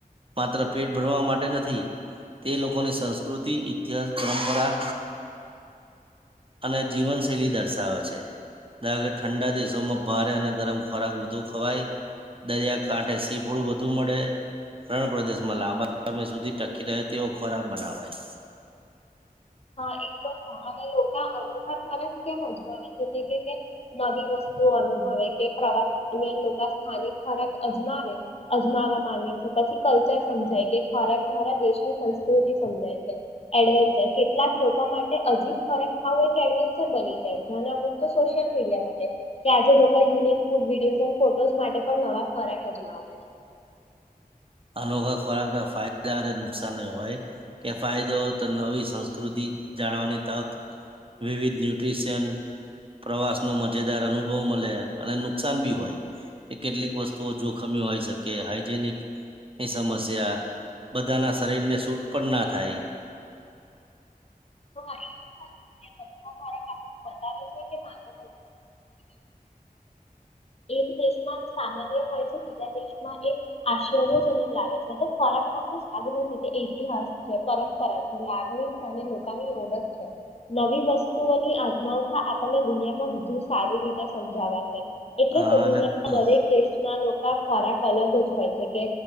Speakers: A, on the right; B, on the left.
A: માત્ર પેટ ભરવા માટે નથી તે લોકોની સંસ્કૃતિ ઇતિહાસ પરંપરા અને જીવનશૈલી દર્શાવે છે ધારો કે ઠંડા દેશોમાં ભારે અને ગરમ ખોરાક વધુ ખવાય દરિયાકાાંઠે સી ફૂડ વધુ મળે રણ પ્રદેશમાં લાંબા સમય સુધી ટકી રહે તેવો ખોરાક બનાવાય
B: હા એ તો છે અને લોકો અનોખા ખોરાક કેમ અજમાવે છે તે કે નવી વસ્તુઓ અનુભવે કે પ્રવાસ દરમિયાન લોકો સ્થાનિક ખોરાક અજમાવે અજમાવવા માંગે છે પછી કલ્ચર સમજાય કે ખોરાક દ્વારા દેશની સંસ્કૃતિ સમજાય છે. એડવેન્ચર કેટલાક લોકો માટે અજીબ ખોરાક આવું એક એડવેન્ચર બની જાય છે અને અમુક તો સોશિયલ મીડિયા માટે કે આજે લોકો યુનિક ફૂડ વિડીયોઝ ફોટોઝ માટે પણ નવા ખોરાક અજમાવે છે
A: અનોખા ખોરાક ના ફાયદા અને નુકસાન હોય કે ફાયદો તો નવી સંસ્કૃતિ જાણવાની તક વિવિધ ન્યુટ્રીશિયન પ્રવાસ નો મજેદાર અનુભવ મળે અને નુકસાન બી હોય કે કેટલીક વસ્તુઓ જોખમી હોય શકે હાઈજનિક એ સમસ્યા બધાના શરીરને સૂટ પણ ના થાય
B: તો <inaudible> આપણને બતાવે છે કે માનવ સંસ્કૃતિ કેટલી વિવિધ એક દેશમાં સામાન્ય હોય છે બીજા દેશમાં એ આશ્ચર્યજનક લાગે છે તો ખોરાક માટે સાદ નથી તે ઇતિહાસ છે પરંપરા છે લાગણી છે અને લોકોની ઓળખ છે નવી વસ્તુઓની આજમાવતા આપણને દુનિયામાં વધુ સારી રીતે સમજાવા છે એટલે
A: હા
B: તો દુનિયાના
A: એટલે
B: દરેક દેશના લોકો ખોરાક અલગ જ હોય છે, કે